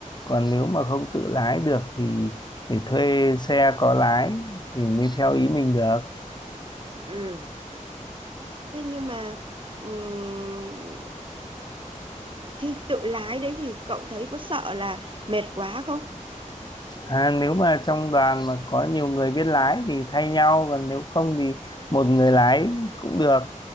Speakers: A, on the left; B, on the right.
A: Còn nếu mà không tự lái được thì phải thuê xe có lái thì mới theo ý mình được.
B: Ừ. Thế nhưng mà ừm, thì tự lái đấy thì cậu thấy có sợ là mệt quá không?
A: À, nếu mà trong đoàn mà có nhiều người biết lái thì thay nhau còn nếu không thì một người lái cũng được